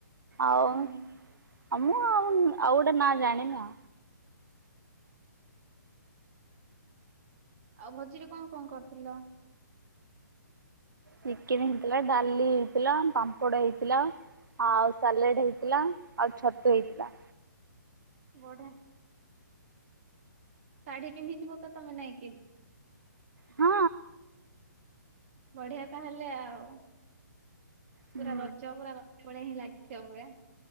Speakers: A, on the right; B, on the right.
A: ଆଉ।
B: ହୁଁ
A: ଆ ମୁଁ ଆଉ ଆଉ ଗୋଟେ ନା ଜାଣିନ।
B: ଆଉ ଭୋଜିରେ କଣ କଣ କରଥିଲ?
A: ଚିକେନ ହେଇଥିଲା ଡାଲି ହେଇଥିଲା ପାମ୍ପଡ ହେଇଥିଲା। ଆଉ ସାଲେଡ ହେଇଥିଲା ଆଉ ଛତୁ ହେଇଥିଲା।
B: ଗୋଡେ ଶାଢୀ ପିନ୍ଧିଥିବ ତ ତମେ ନାଇଟ୍।
A: ହଁ।
B: ବଢିଆ ତାହେଲେ ଆଉ
A: ହୁଁ
B: ପୁରା ରଜ ପୁରା ର ବଳିଆ ଲାଗିଥିବ ପୁରା ।